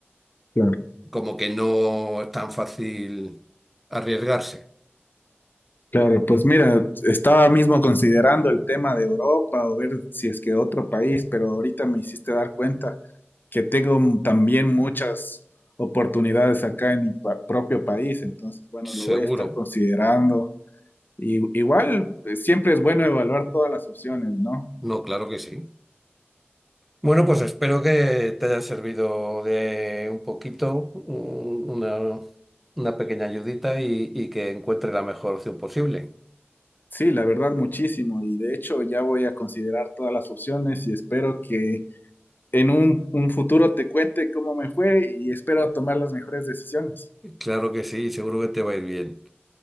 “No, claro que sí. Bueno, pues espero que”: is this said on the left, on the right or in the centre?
Centre